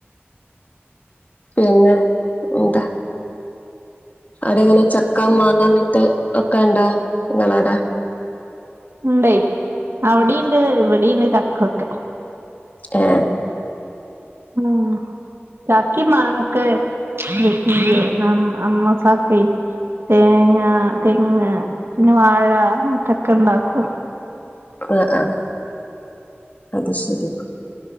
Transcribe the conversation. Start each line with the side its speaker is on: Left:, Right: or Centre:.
Left: പിന്നെ എന്താ അവിടെ ഇങ്ങനെ ചക്ക മാങ്ങ ഇങ്ങനത്തൊക്കെ ഇണ്ടാ ഇങ്ങളെ
Right: ഇണ്ടെ അവിടെയുണ്ട് ഇവിടെയുണ്ട് ചക്കയൊക്കെ
Left: ഏഹ്
Right: ഉം ചക്കയും മാങ്ങക്കെ <unintelligible> അമ്മ പാക്കെ തേങ്ങ തെങ്ങ് പിന്നെ വാഴ അങ്ങനത്തൊക്കെ ഉണ്ടാക്കും
Left: ആഹ് ആഹ് അത് ശരി